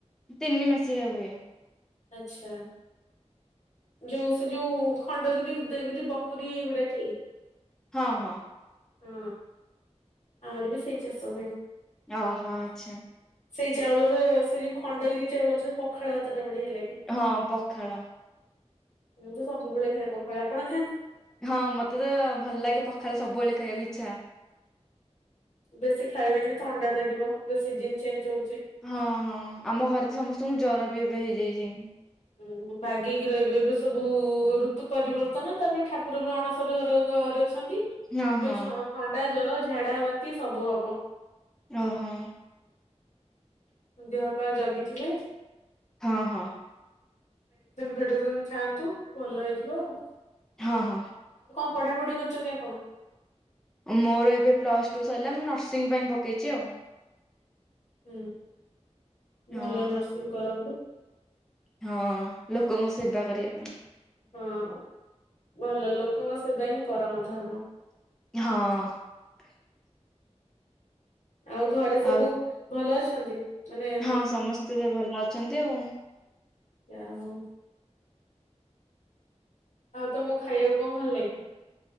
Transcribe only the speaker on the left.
ଆଚ୍ଛା। ଯୋଉ ସେ ଯୋଉ ଖଣ୍ଡଗିରି ଉଦୟଗିରି ବଖରିୀ ଏଇଗୁଡାଟି।
ହଁ ଆମର ବି ସେଇ ଚାଷ ହୁଏ।
ସେଇ ଚାଉଳର, ସେଇ ଯୋଉ ଖଣ୍ଡଗିରି ଚାଉଳରେ ପଖାଳ ଟା ବଢିଆ ଲାଗେ।
ମୁଁ ତ ସବୁବେଳେ ଖାଏ ପଖାଳ ଆପଣ ଖା
ବେଶୀ ଖାଇବେନି ଥଣ୍ଡା ଧରିବ। ଏବେ ସିଜନ ଚେଞ୍ଜ ହଉଛି।
ହୁଁ ବାଗେଇକି ରହିବେ ଏବେ ସବୁ ଋତୁ ପରିବର୍ତ୍ତନ ତାପରେ ଠାକୁର ବି ଅଣସର ଘର ଘରେ । ଅଛନ୍ତି
ଏବେ
ଥଣ୍ଡା ଜର ଝାଡ଼ା ବାନ୍ତି ସବୁ ହବ।
ଦେହପା ଜଗିଥିବେ।
ମେଡିସିନ ଖାଆନ୍ତୁ ଭଲ ହେଇଯିବ ।
ପଢ଼ାପଢ଼ି କରୁଚନ୍ତି ଆପଣ?
ହୁଁ
ଭଲ ନର୍ସିଂ କରନ୍ତୁ।
ହଁ ଭଲ ଲୋକଙ୍କ ସେବା ହିଁ ପରମ ଧର୍ମ।
ଆଉ ଘରେ ସବୁ
ଭଲ ଅଛନ୍ତି? ମାନେ
ଯା ହଉ। ଆଉ ତମକୁ ଖାଇବାକୁ କଣ ଭଲ ଲାଗେ?